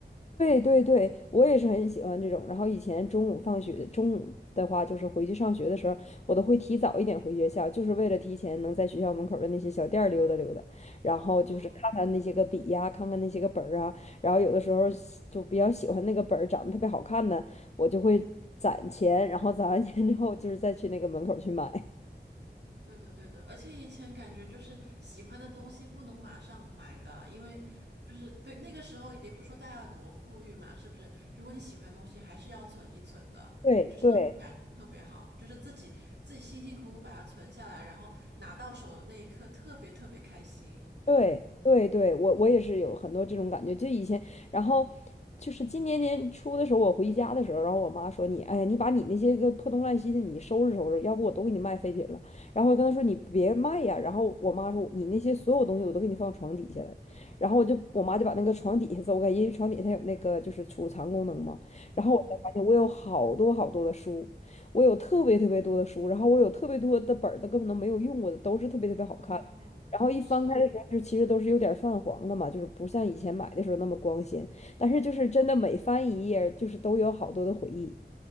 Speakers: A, on the left; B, on the right.
A: 对对对，我也是很喜欢这种。然后以前中午放学，中午的话就是回去上学的时候，我都会提早一点回学校，就是为了提前能在学校门口的那些小店儿溜达溜达，然后就是看看那些个笔呀、
B: 嗯。
A: 看看那些个本儿啊，然后有的时候喜就比较喜欢那个本儿长得特别好看的，我就会攒钱，然后攒完钱之后就是再去那个门口去买。
B: 对的，对的，而且以前感觉就是喜欢的东西不能马上买的，因为就是对那个时候也不是说大家有多富裕嘛，是不是？如果你喜欢的东西，还是要存一存的，
A: 对对对
B: 就是那种感觉特别好，就是自己自己辛辛苦苦把它存下来，然后拿到手的那一刻特别特别开心。
A: 对对对，
B: 嗯
A: 我我也是有很多这种感觉。就以前，然后就是今年年初的时候，我回家的时候，然后我妈说你，哎呀，你把你那些个破东烂西的你收拾收拾，要不我都给你卖废品了。然后我跟她说你别卖呀。然后我妈说你那些所有东西我都给你放床底下了。然后我就我妈就把那个床底下走开，因为床底下它有那个就是储藏功能嘛。然后我才发现我有好多好多的书，
B: 嗯
A: 我有特别特别多的书，然后我有特别多的本儿都根本都没有用过的，都是特别特别好看。
B: 哦，
A: 然后一翻开的时候，
B: 是
A: 就其实都是有点泛黄了嘛，就是不像以前买的时候那么光鲜。但是就是真的每翻一页儿就是都有好多的回忆。